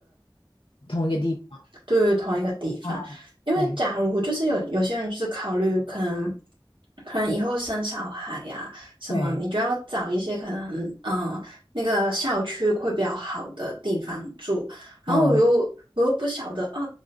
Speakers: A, on the left; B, on the right.
A: 同一个地方，
B: 对于同一个地方，
A: 哦，
B: 因为假如就是有有些人就是考虑可能
A: 对
B: 可能以后生小孩呀、什么，
A: 对，
B: 你就要找一些可能嗯、呃那个校区会比较好的地方住，然后我又我又不晓得啊，
A: 哦，没，